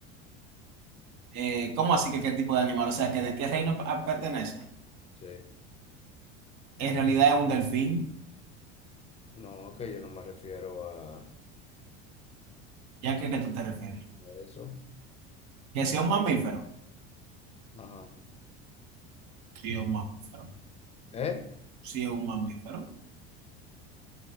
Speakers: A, on the right; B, on the left.
A: Eh, ¿cómo así que qué tipo de animal? O sea, que de qué reino pa- pertenece.
B: Sí.
A: En realidad es un delfín,
B: No, que yo no me refiero a
A: ya que ¿qué tú te refieres.
B: a eso.
A: ¿Que sea un mamífero?
B: Ajá.
A: Sí, es un mamífero.
B: ¿Eh?
A: Sí, es un mamífero.